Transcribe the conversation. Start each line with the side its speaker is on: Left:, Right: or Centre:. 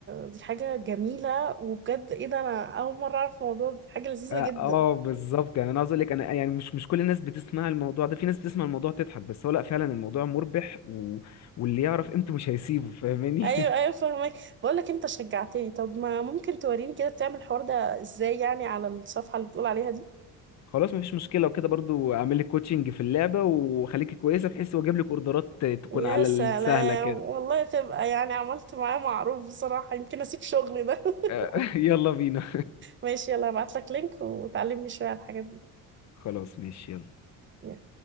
Right: دي حاجة جميلة وبجد ايه ده انا اول مرة اعرف الموضوع ده. دي حاجة لذيذة
Left: اه
Right: جدا
Left: آه، بالظبط يعني انا عاوز اقول لك انا يعني مش مش كل الناس بتسمع الموضوع ده في ناس بتسمع الموضوع تضحك بس هو لا فعلا الموضوع مربح و... واللي يعرف قيمته مش هيسيبه فاهماني
Right: ايوه
Left: <laughs>
Right: ايوه فاهمك بقول لك انت شجعتني طب ما ممكن توريني كده بتعمل الحوار ده ازاي يعني على الصفحة اللي بتقول عليها دي
Left: خلاص مفيش مشكله وكده برضو اعمل لك كوتشنج في اللعبه وخليكي كويسه بحيث واجيب لك اوردرات تكون
Right: يا
Left: على
Right: سلام
Left: السهله كده
Right: والله تبقى يعني عملت معاه معروف بصراحة يمكن اسيب شغلي ده <laughs>
Left: آه، <laughs> يلا بينا
Right: ماشي يلا هبعت لك لينك وتعلمني شوية على الحاجات دي
Left: خلاص ماشي يلا
Right: يلا.